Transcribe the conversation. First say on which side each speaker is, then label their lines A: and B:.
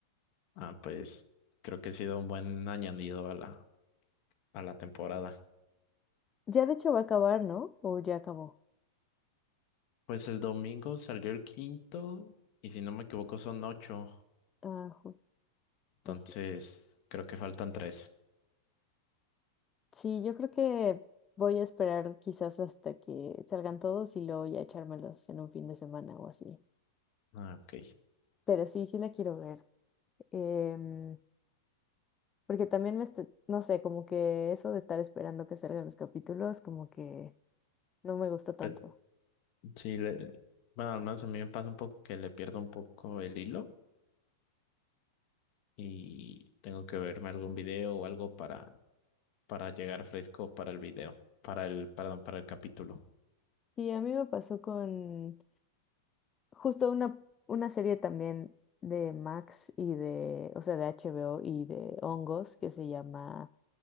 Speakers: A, on the left (about 50°); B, on the left (about 25°).
A: Ah, pues creo que ha sido un buen añadido a la, a la temporada.
B: Ya de hecho va a acabar, ¿no? O ya acabó.
A: Pues el domingo salió el quinto y si no me equivoco son ocho.
B: Ah, ju-
A: Entonces
B: pues sí.
A: creo que faltan tres.
B: Sí, yo creo que voy a esperar quizás hasta que salgan todos y luego ya echármelos en un fin de semana o así.
A: Ah, ok.
B: Pero sí, sí la quiero ver. Em, porque también me, est- no sé, como que eso de estar esperando que salgan los capítulos, como que no me gusta tanto.
A: Pe- sí, le- bueno, al menos a mí me pasa un poco que le pierdo un poco el hilo y tengo que verme algún video o algo para para llegar fresco para el video, para el, perdón, para el capítulo.
B: Y a mí me pasó con justo una, una serie también de Max y de, o sea, de HBO y de hongos que se llama